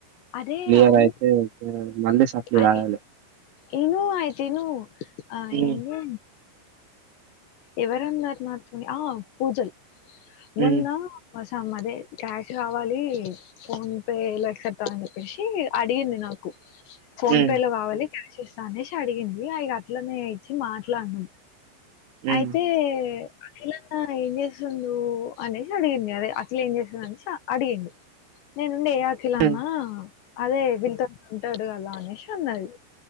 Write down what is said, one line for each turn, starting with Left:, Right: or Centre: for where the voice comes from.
Left: అరే
Right: క్లియర్
Left: అవును
Right: అయితే ఓకే. మళ్ళీ సప్లీ
Left: అరే
Right: రాయాలి
Left: ఇను అయితేను ఆ
Right: ఉమ్
Left: ఏంది ఎవరన్నారు మాతోని ఆ పూజల్ మోన్నా
Right: ఉమ్
Left: కోసం అదే క్యాష్ రావాలి ఫోన్ పే లక్ న్ చెప్పేసి అడిగిండు నాకు ఫోన్
Right: ఉమ్
Left: పే లో కావాలి క్యాష్ ఇస్తా అనేసి అడిగింది ఇగా అట్లనే ఇచ్చి మాట్లాడినాం
Right: ఉమ్
Left: అయితే అఖిలన్న ఏం చేస్తుండు అనేసి అడిగింది అదే అఖిల్ ఏం చేస్తుంది అనేసి అడిగింది నేను ఏ అఖిల్ అన్న
Right: ఉమ్
Left: అదే వీళ్ళతోని ఉంటాడు కదా అన్నేసి అన్నది